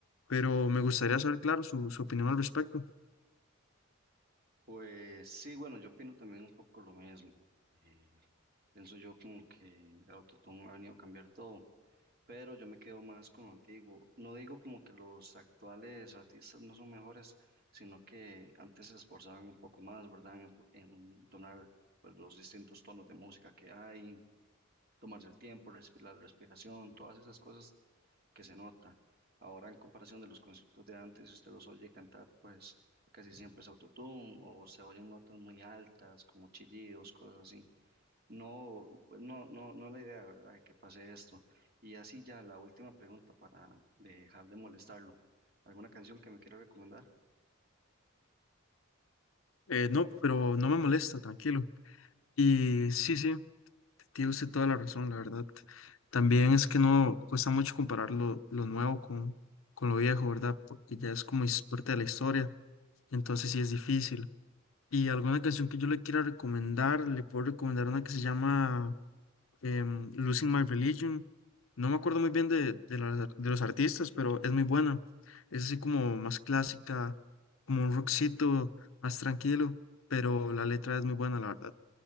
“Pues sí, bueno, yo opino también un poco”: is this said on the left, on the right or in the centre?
Right